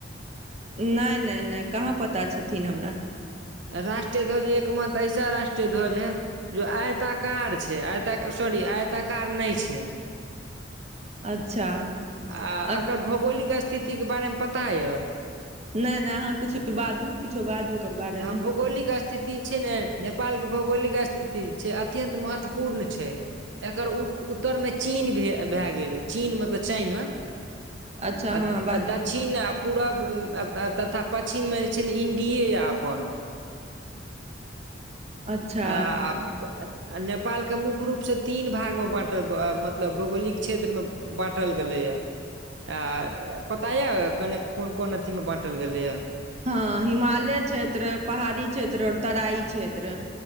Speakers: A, on the right; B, on the right.
A: नहि नहि नहि कहाँ पता छथिन हमरा।
B: राष्ट्रीय ध्वज एक मात्र ऐसा राष्ट्रीय ध्वज है जो आयताकार छै आयताक सॉरी आयत ताकात नहि छै
A: अच्छा
B: आ
A: अ
B: अकर भौगोलिक स्थ स्थितिके बारेमे पता यऽ
A: नहि नहि अहाँ कुछो बाजू किछो बाजू ओकर बारेमे
B: आ भौगोलिक स्थित ति छै ने नेपाल के भौगोलिक स्थिति छै अत्यन्त महत्वपूर्ण छै। एकर उत उत्तरमे चीन भे भए गेल चीन मतलब चाईना
A: अच्छा
B: आ द
A: हँ बाजू
B: दक्षिण आ पूरब अ त तथा पछिममे जे छै ने इण्डिये यै अप अपनन
A: अच्छा
B: आ आब आ नेपाल के मुख्य रूप से तीन भाग मे बाटल मतलब भौगोलिक क्षेत्र मे बाटल गेले या आ पता य कने कोन कोन अथी मे बाटल गेलै या
A: हँ हिमालय क्षेत्र पहाड़ी क्षेत्र आऔर तराई क्षेत्र